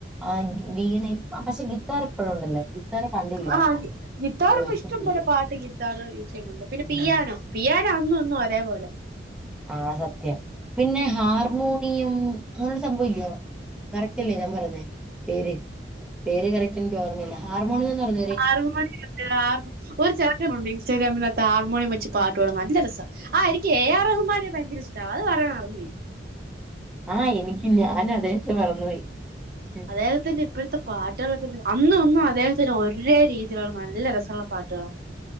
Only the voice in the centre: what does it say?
ആ വീണ പക്ഷെ ഗിത്താർ എപ്പോഴും ഉണ്ടല്ലേ ഗിത്താർ പണ്ടില്ലായിരുന്നു
അയ്യോ
എനിക്ക്
തിരിഞ്ഞു
ഉം.
ആഹ് സത്യം പിന്നെ ഹാർമോണിയം അങ്ങനൊരു സംഭവം ഇല്ലേ കറക്റ്റല്ലേ ഞാൻ പറഞ്ഞേ പേര് പേര് കറക്റ്റ് എനിക്ക് ഓർമ്മയില്ല ഹാർമോണിയന്ന് പറയുന്നേ
ആഹ് എനിക്കും ഞാനും അദ്ദേഹത്തെ മറന്നുപോയി ഉം.